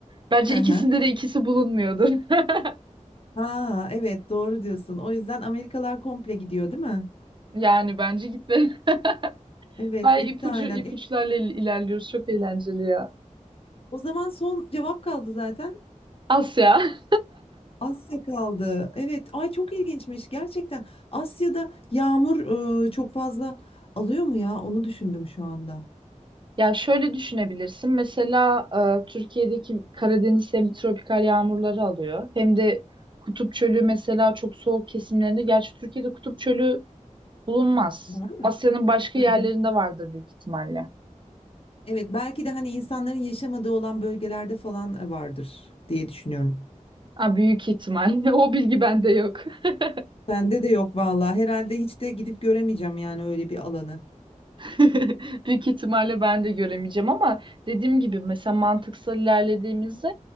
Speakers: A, on the right; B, on the left.
A: Bence
B: Hı
A: ikisinde
B: hı.
A: de ikisi bulunmuyordur. <laughs>
B: Ha evet doğru diyorsun. O yüzden Amerikalar komple gidiyor değil mi?
A: Yani bence gitme. <laughs>
B: Evet
A: Ay
B: gitti
A: ipucu
B: aynen.
A: ipuçlarla
B: E,
A: il- ilerliyoruz. Çok eğlenceli ya.
B: o zaman son cevap kaldı zaten.
A: Asya.
B: Asya kaldı. Evet. Ay çok ilginçmiş gerçekten. Asya'da yağmur e, çok fazla alıyor mu ya? Onu düşündüm şu anda.
A: Ya şöyle düşünebilirsin. Mesela e, Türkiye'deki Karadeniz hem tropikal yağmurları alıyor hem de Kutup Çölü mesela çok soğuk kesimlerinde. Gerçi Türkiye'de Kutup Çölü bulunmaz.
B: Var mı?
A: Asya'nın başka
B: Hı
A: yerlerinde
B: hı.
A: vardır büyük ihtimalle.
B: Evet belki de hani insanların yaşamadığı olan bölgelerde falan e, vardır diye düşünüyorum.
A: Ha, büyük ihtimalle. <laughs> O bilgi bende yok. <laughs>
B: Bende de yok vallahi. Herhalde hiç de gidip göremeyeceğim yani öyle bir alanı.
A: <laughs> Büyük ihtimalle ben de göremeyeceğim ama dediğim gibi mesela mantıksal ilerlediğimizde